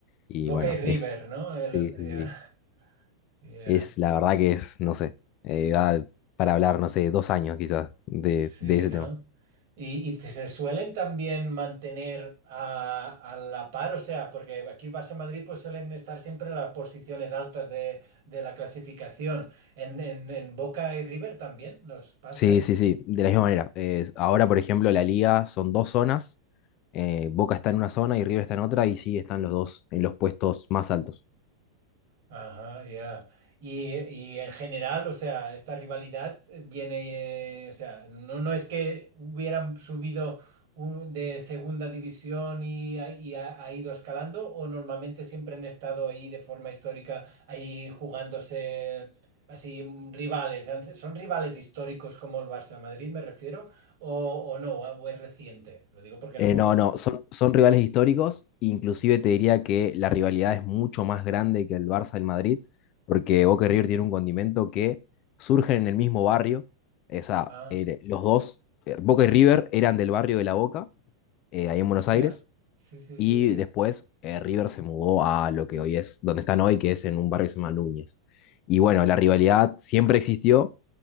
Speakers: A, on the left (about 40°); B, on the right (about 50°).
A: Y
B: Boca
A: bueno,
B: y River,
A: es.
B: ¿no? El-
A: Sí, sí,
B: ya,
A: sí.
B: ya.
A: Es la verdad que es, no sé, eh, da para hablar, no sé, dos años quizás de,
B: Sí,
A: de ese
B: ¿no?
A: tema.
B: Y, y te- se suelen también mantener a, a la par, o sea, porque aquí Barça-Madrid pues suelen estar siempre en las posiciones altas de, de la clasificación. En, en, en Boca y River también nos pasa
A: Sí, sí, sí, de la misma manera. Eh, ahora, por ejemplo, la liga son dos zonas. eh, Boca está en una zona y River está en otra y sí, están los dos en los puestos más altos.
B: Ajá, ya. Y, y en general, o sea, esta rivalidad eh, viene, eh, o sea, no, no es que hubieran subido un- de segunda división y, ha- y ha, ha ido escalando, o normalmente siempre han estado ahí de forma histórica, ahí jugándose así mm, rivales. Han- ¿Son rivales históricos como el Barça Madrid, me refiero? ¿O, o no? ¿O es reciente? Lo digo porque
A: Eh,
B: no conozco.
A: no, no, son, son rivales históricos. Inclusive te diría que la rivalidad es mucho más grande que el Barça del Madrid, porque Boca y River tienen un condimento que surgen en el mismo barrio. eh, O sea,
B: Ah,
A: eh, los dos, eh, Boca y River eran del barrio de La Boca, eh, ahí en
B: hostia.
A: Buenos Aires
B: Sí, sí,
A: Y
B: sí, sí.
A: después eh, River se mudó a lo que hoy es, donde están hoy, que es en un barrio que se llama Núñez. Y bueno, la rivalidad siempre existió